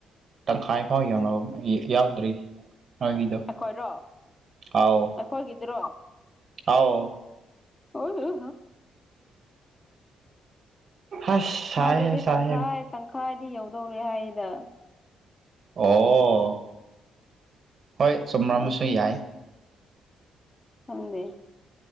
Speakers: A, on the right; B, on the left.
A: ꯇꯪꯈꯥꯏ ꯐꯥꯎ ꯌꯧꯅꯕ ꯌꯥꯎꯗ꯭ꯔꯤ ꯍꯥꯏꯗꯣ
B: ꯑꯩꯈꯣꯏꯔꯣ
A: ꯍꯥꯎ
B: ꯑꯩꯈꯣꯏꯒꯤꯗꯨꯔꯣ
A: ꯑꯥꯎ
B: ꯑꯣꯏ
A: ꯑꯁ ꯁꯥꯏꯍꯦ
B: ꯃꯥꯗꯤ
A: ꯁꯥꯏꯍꯦ
B: ꯇꯪꯈꯥ ꯇꯪꯈꯥꯗꯤ ꯌꯧꯗꯧ ꯔꯤꯍꯥꯏꯗ
A: ꯑꯣ ꯍꯣꯏ ꯆꯨꯝꯕꯥ ꯑꯃꯁꯨ
B: ꯑ
A: ꯌꯥꯏ
B: ꯈꯪꯗꯦ